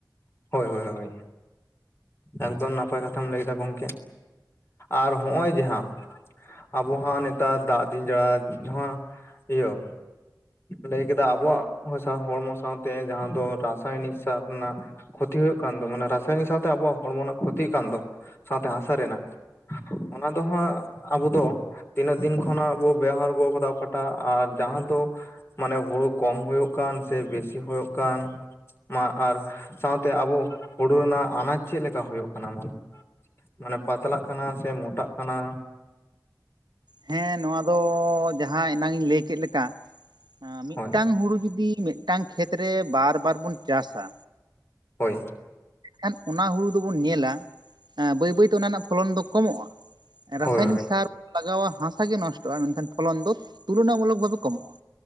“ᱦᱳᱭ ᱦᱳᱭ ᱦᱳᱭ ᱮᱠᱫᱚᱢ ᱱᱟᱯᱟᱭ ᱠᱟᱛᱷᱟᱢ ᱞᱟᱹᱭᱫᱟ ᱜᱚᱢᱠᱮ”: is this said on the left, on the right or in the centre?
Left